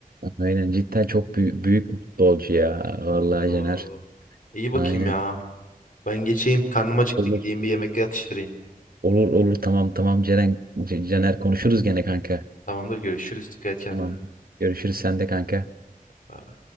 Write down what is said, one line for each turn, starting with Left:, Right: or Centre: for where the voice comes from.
Right: aynen cidden çok büyük, büyük bir futbolcu ya vallahi
Left: <laughs> Oo,
Right: Caner.
Left: İyi bakayım
Right: Aynen.
Left: ya. Ben geçeyim. Karnım acıktı.
Right: Olur
Left: Gideyim bir yemek atıştırayım.
Right: olur olur tamam tamam Ceren C- Caner konuşuruz gene kanka.
Left: Tamamdır. Görüşürüz. Dikkat et kendine.
Right: Tamam. Görüşürüz sen de kanka.
Left: Bye.